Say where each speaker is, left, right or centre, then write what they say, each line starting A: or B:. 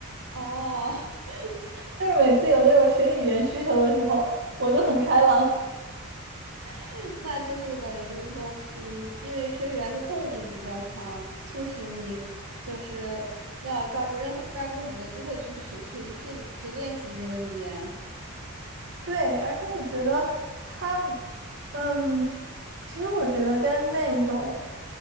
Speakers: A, on the right; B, on the right.
A: 哦，<laughs>
B: 但是每次有那种学语言需求的时候，我就很开朗。
A: <laughs> 那就是等于就是说，嗯，因为学语言的动力比较强，促使你就是要抓住任何抓住很多机会去学去训去练习这个语言。
B: <laughs> 对，而且我觉得他，嗯，其实我觉得跟那种，